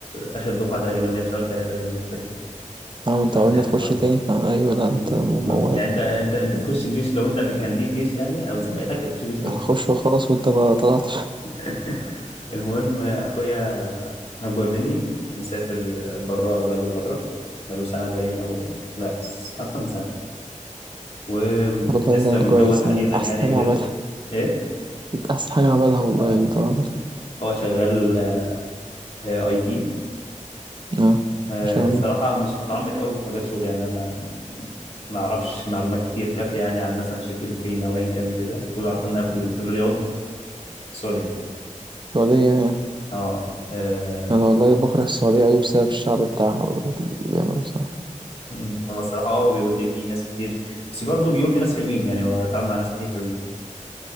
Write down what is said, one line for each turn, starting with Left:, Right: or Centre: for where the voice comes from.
Left: اخر دفعه تقريبا اللي هي في شهر 3 باين أنا مش فاكر إيه.
Right: فاهم انت
Left: انا
Right: عقبال
Left: في الاخر
Right: ما تخش
Left: خالص
Right: تاني فا ايوه لا انت
Left: أمم،
Right: موعد
Left: بالظبط يعني انت انت انت تخش الجيش لو انت اللي كان ليك جيش يعني او زمايلك هيخشوا جيش قبل
Right: هخش وخلاص وانت ما طلعتش
Left: <laughs> المهم اخويا اكبر مني مسافر بره بقاله فتره بقاله سنه تقريبا او لا س- اكتر من سنه ولسه
Right: <laughs> والله يعني
Left: متجوز
Right: كويس
Left: حديثا
Right: يعني
Left: يعني
Right: احسن حاجه
Left: وكده
Right: عملها
Left: ايه
Right: احسن حاجه عملها والله
Left: اه
Right: يعني طبعا
Left: هو شغال آه، اي تي
Right: اه
Left: آه،
Right: عشان
Left: الصراحة مش متعمق قوي في مجال شغلي يعني أنا ما ما أعرفش معلومات كتير كافية يعني عن مثلا شركته فين أو أيا كان وكده كل اللي أعرفه إنها في, ال- في الرياض السعودية
Right: السعوديه يعني
Left: أه آه،
Right: انا والله بكره السعوديه قوي بسبب الشعب بتاعها واللي بيعملوه صح
Left: م، هو الصراحة أه بيقول لي في ناس كتير بس برضه بيقول في ناس حلوين يعني هو اتعامل مع ناس كتير حلوين